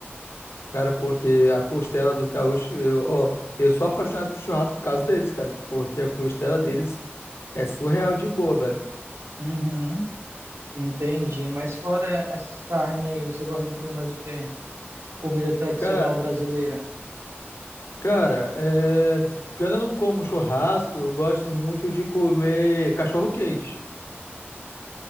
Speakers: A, on the left (about 80°); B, on the right (about 80°).
A: Cara, porque a costela dos gaúchos, eu, ó, eu sou apaixonado por churrasco por causa deles, cara. Porque a costela deles é surreal de boa, velho.
B: Uhum, entendi. Mas fora essas carnes aí, você gosta de comer mais o quê? Comida tradicional
A: Cara,
B: brasileira.
A: cara, é, quando eu não como churrasco, eu gosto muito de comer cachorro-quente.